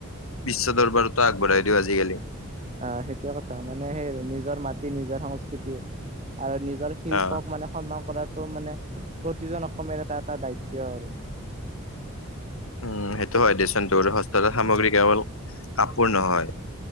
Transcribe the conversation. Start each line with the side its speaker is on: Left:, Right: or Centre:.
Left: বিশ্ব দৰবাৰতো আগবঢ়াই দিওঁ আজিকালি
Right: অহ সেইটোৱে কথা মানে সেই আৰু নিজৰ মাটি নিজৰ সংস্কৃতি আৰু নিজৰ শিল্পক
Left: আহ
Right: মানে সন্মান কৰাত টো মানে প্ৰতিজন অসমীয় এটা এটা দায়িত্ব আৰু।
Left: উম সেইটো হয় দেচোন তোৰ হষ্টেলত সামগ্ৰী কেৱল কাপোৰ নহয়